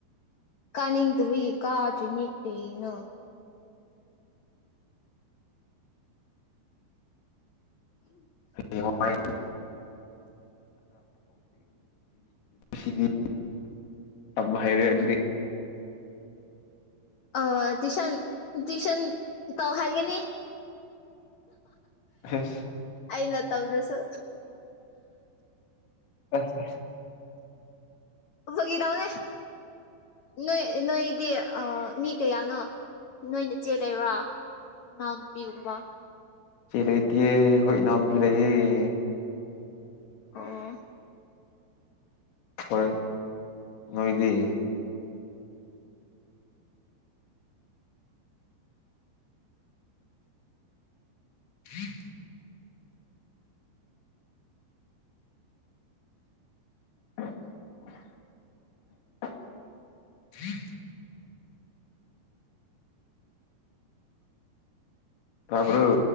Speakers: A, on the left (about 65°); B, on the left (about 85°).
A: ꯀꯅꯤꯡꯇꯕꯒꯤ ꯀꯗꯔ꯭ꯤꯅꯦ ꯀꯔꯤꯅꯣ
B: ꯍꯥꯏ ꯍꯤ ꯌꯥꯝ ꯍꯩꯔꯦ ꯑꯗꯨꯗꯤ
A: ꯑ ꯇꯨꯏꯁꯟ ꯇꯨꯏꯁꯟ ꯇꯧ ꯍꯥꯏꯒꯅꯤ
B: ꯑꯁ
A: ꯑꯩꯅ ꯇꯧꯗ꯭ꯔꯁꯨ
B: ꯑꯆꯥ
A: ꯐꯥꯒꯤ ꯇꯧꯅꯦ ꯅꯣꯏ ꯅꯣꯏꯗꯤ ꯃꯤ ꯀꯌꯥꯅꯣ ꯅꯣꯏꯅ ꯆꯦ ꯂꯩꯕ꯭ꯔꯥ ꯅꯅꯥꯎꯄꯤ ꯒꯨꯝꯕꯥ
B: ꯏꯆꯦ ꯂꯩꯇꯤꯌꯦ ꯑꯩꯈꯣꯏ ꯏꯅꯥꯎꯄꯤ ꯂꯩꯌꯦ
A: ꯑꯣ
B: ꯍꯣꯏ ꯅꯣꯏꯗꯤ ꯎꯝ ꯎꯝ ꯇꯕꯔꯣ